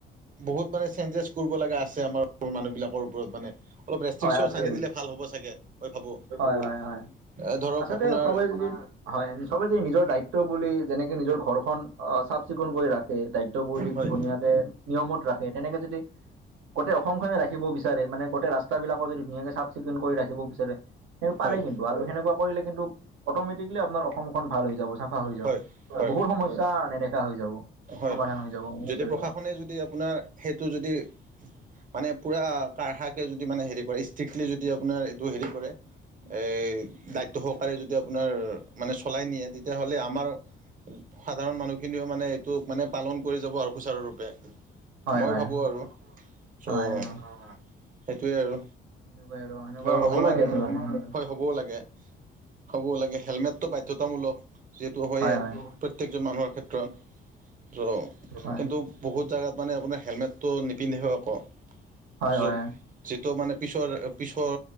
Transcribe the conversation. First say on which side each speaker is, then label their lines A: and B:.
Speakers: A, on the right; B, on the right.
A: বহুত মানে চেঞ্জেছ কৰিব লগা আছে আমাৰ মানুহবিলাকৰ ওপৰত মানে অলপ ৰেষ্ট্ৰিক্যন
B: হয় আছে।
A: আনি দিলে ভাল হ'ব চাগে মই ভাবোঁ। এ
B: হয় হয় হয়
A: ধৰক
B: আচলতে
A: আপোনাৰ
B: চবে যদি হয় আমি চবে যদি নিজৰ দায়িত্ব বুলি যেনেকে নিজৰ ঘৰখন অ' চাফ চিকুণ কৰি ৰাখে দায়িত্ব বুলি
A: হয়
B: ধুনীয়াকে- নিয়মত ৰাখে তেনেকে যদি গোটেই অসম খনে ৰাখিব বিচাৰে মানে গোটেই ৰাস্তা বিলাকৰ যদি ধুনীয়াকে চাপ চিকুন কৰি ৰাখিব বিচাৰে সেই পাৰে
A: হয়
B: কিন্তু আৰু সেনেকুৱা কৰিলে কিন্ত অতমেটিক্লি আপোনাৰ অসমখন ভাল হৈ যাব চাফা হৈ যাব
A: হয় হয়
B: বহুত সমস্যা হৈ যাব।
A: হয়,
B: সমাধান হৈ যাব সমস্যাবিলাকৰ।
A: যদি প্ৰশাসনে যদি আপোনাৰ সেইটো যদি মানে পূৰা কাঢ়াকৈ যদি মানে হেৰি কৰে ষ্ট্ৰিক্টলি যদি আপোনাৰ টো হেৰি কৰে এ দায়িত্ব সহকাৰে যদি আপোনাৰ মানে চলাই নিয়ে, তেতিয়াহ'লে আমাৰ সাধাৰণ মানুহখিনিও মানে এইটো মানে পালন কৰি যাব আৰু সুচাৰুৰূপে।
B: হয়
A: মই
B: হয়
A: ভাবোঁ আৰু
B: হয়
A: ছ'
B: অ
A: সেইটোৱে আৰু।
B: সেনেকুৱাই সেনেকুৱা
A: আৰু
B: হ'ব
A: আমাৰ
B: লাগে আচলতে সোনকালে।
A: হয়। হ'বও লাগে, হ'ব লাগে হেলমেতটো বাধ্যতামূলক যিহেতু হয়েই
B: হয় হয়
A: প্ৰত্যেকজন মানুহৰ ক্ষেত্ৰত। <unintelligible>
B: হয়
A: কিন্তু বহুত জেগাত মানে আপোনাৰ হেলমেটটো নিপিন্ধিবে আকৌ।
B: হয়
A: চব
B: হয়
A: যিটো মানে পিছৰ-পিছৰ